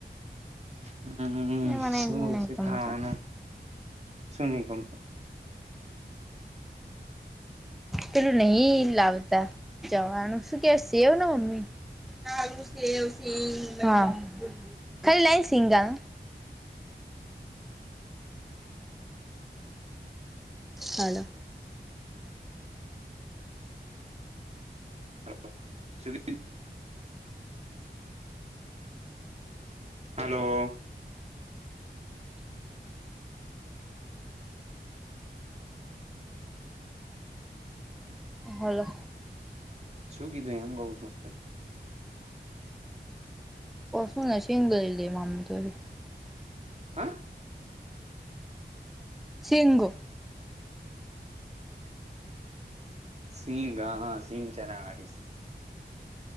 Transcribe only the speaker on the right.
હમ્મ,
શું
હ છે
ખાવાનું? શું નહી કમતો?
Hello, Shri Hello.
શું કીધું એમ કઉ છું?
હા?
સિંગ, અ હ સિંગ ચના વારી સી